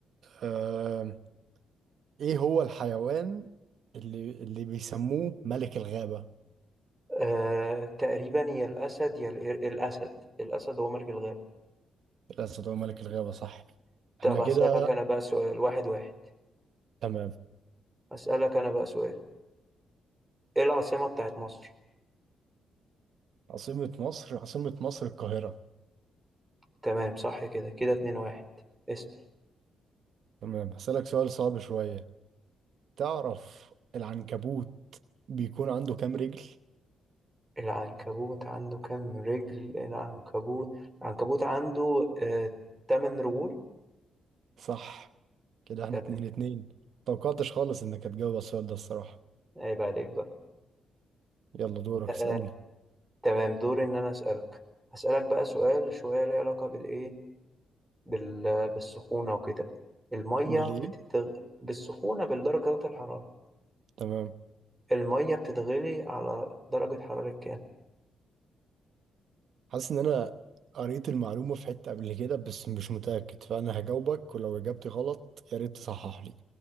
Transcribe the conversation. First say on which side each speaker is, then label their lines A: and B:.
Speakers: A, on the right; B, on the right.
A: آه... إيه هو الحيوان اللي اللي بيسموه ملك الغابة
B: آه تقريبا يا الأسد يا القر- الأسد الأسد هو ملك الغابة
A: الأسد هو ملك الغابة صح
B: طب
A: احنا
B: هسألك
A: كده
B: أنا بقى سؤال واحد واحد
A: تمام
B: هسألك أنا بقى سؤال ايه العاصمة بتاعت مصر
A: عاصمة مصر عاصمة مصر القاهرة
B: تمام صح كده كده اتنين واحد اسأل
A: تمام هسألك سؤال صعب شوية تعرف العنكبوت بيكون عنده كام رجل
B: العنكبوت عنده كام رجل العنكبوت العنكبوت عنده آه تمن رجول
A: صح كده احنا
B: تمام
A: اتنين اتنين متوقعتش خالص انك هتجاوب على السؤال ده الصراحة
B: عيب عليك بقى
A: يلا دورك
B: آه،
A: اسألني
B: تمام دوري ان انا اسالك هسالك بقى سؤال شويه ليه علاقه بالايه بال... بالسخونه وكده الميه
A: بليه
B: بتتغ... بالسخونه بالدرجات الحراره
A: تمام
B: الميه بتتغلي على درجه حراره كام
A: حاسس ان انا قريت المعلومة في حتة قبل كده بس مش متأكد فانا هجاوبك ولو اجابتي غلط يا ريت تصحح لي